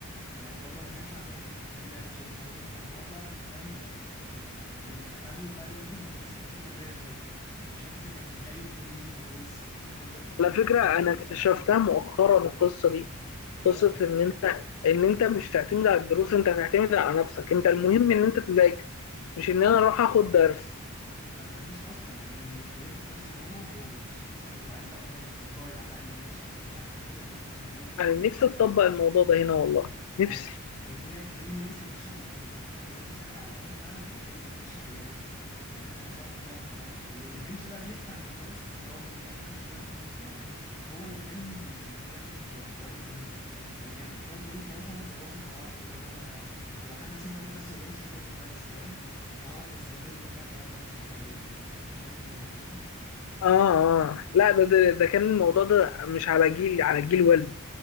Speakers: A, on the left (about 15°); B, on the left (about 65°).
A: يعني بره ما كانش عندنا حته ان في درس ومش عارف مين فالحوار بقى كان فاهم يعني كان كان كان بال يعني بعد ال- بعد وقت المدرسه كان في حريه شويه مش حته انك متقيد طول اليوم بدروس وتفضل في الدروس
B: على
A: بقى
B: فكرة
A: لحد الساعه
B: أنا اكتشفتها
A: 7 8 بالليل
B: مؤخرا القصة دي
A: اه
B: قصة إن أنت إن أنت مش تعتمد على الدروس أنت تعتمد على نفسك أنت المهم إن أنت تذاكر مش إن أنا أروح آخد درس
A: ما ما فيش اصلا يعني كان اللي اللي بياخد درس بره هو الش... مثلا اللي ضعيف بقى خالص اللي ضايع بقى اللي ما فيش اصلا مش عارف الفرق مثلا من الالف والباء
B: أنا نفسي أطبق الموضوع ده هنا والله
A: هو
B: نفسي
A: هو الدنيا لان المدرس كان بيشرح بضمير الحته كلها ان ساعتها على ايامنا فعلا كان المدرس لا بيشرح بجد يعني فاهم شرح شرح بقى اللي اللي كانش بقى بيفهم من المدرس كان سواء بطيء او ما كانش بيحضر اصلا هو اللي كان بي بياخد حوار الدروس ده يعني كانت حوار الدروس ده مثلا زي وصمه عار كده لو انا يعني لو حد مثلا بياخد درس ما يقولش انه بياخد درس فاهم يتعرف وسط زمايله ان هو لا ده ده مستواه ضعيف ده, ده مش قد كده فاهم
B: آه آه لا ده ده, ده كان الموضوع ده مش على جيلي على جيل والدي